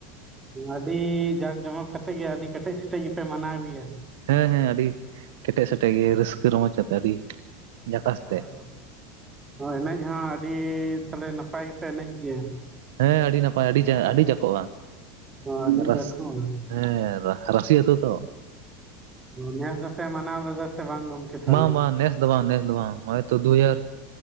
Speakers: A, on the right; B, on the right.
A: ᱟᱹᱰᱤ ᱡᱟᱠ ᱡᱚᱢᱚᱠ ᱠᱟᱛᱮᱜ ᱜᱮ ᱟᱹᱰᱤ ᱠᱮᱴᱮᱡ ᱥᱮᱴᱮᱡ ᱜᱮᱯᱮ ᱢᱟᱱᱟᱣ ᱜᱮᱭᱟ
B: ᱦᱮᱸ ᱦᱮᱸ ᱟᱹᱰᱤ ᱠᱮᱴᱮᱡ ᱥᱮᱴᱮᱡ ᱜᱮ ᱨᱟᱹᱥᱠᱟᱹ ᱨᱚᱢᱚᱡ ᱟᱛᱮ ᱟᱹᱰᱤ ᱡᱟᱠᱟᱥ
A: <unintelligible>
B: ᱛᱮ
A: ᱮᱱᱮᱡ ᱦᱚᱸ ᱟᱹᱰᱤ ᱛᱟᱦᱚᱞᱮ ᱱᱟᱯᱟᱭ ᱜᱮᱯᱮ ᱮᱱᱮᱡ ᱜᱮᱭᱟ
B: ᱦᱮᱸ ᱟᱹᱰᱤ ᱱᱟᱯᱟᱭ ᱟᱹᱰᱤ ᱟᱹᱰᱤ ᱡᱟᱠᱚᱜᱼᱟ
A: ᱚ ᱟᱹᱰᱤ
B: ᱨᱟᱥ
A: ᱡᱟᱠᱷᱚᱜᱼᱟ
B: ᱦᱮᱸ ᱨᱟ ᱨᱟᱥᱤ ᱟᱹᱛᱩ ᱛᱚ
A: ᱱᱮᱥ ᱫᱚᱯᱮ ᱢᱟᱱᱟᱣ ᱞᱮᱫᱟ ᱥᱮ ᱵᱟᱝ ᱜᱚᱢᱠᱮ ᱛᱟᱦᱚᱞᱮ
B: ᱵᱟᱝ ᱵᱟᱝ ᱱᱮᱥ ᱫᱚ ᱵᱟᱝ ᱱᱮᱥ ᱫᱚ ᱵᱟᱝ ᱱᱚᱜ ᱚᱭ ᱛᱚ ᱫᱩ ᱦᱟᱡᱟᱨ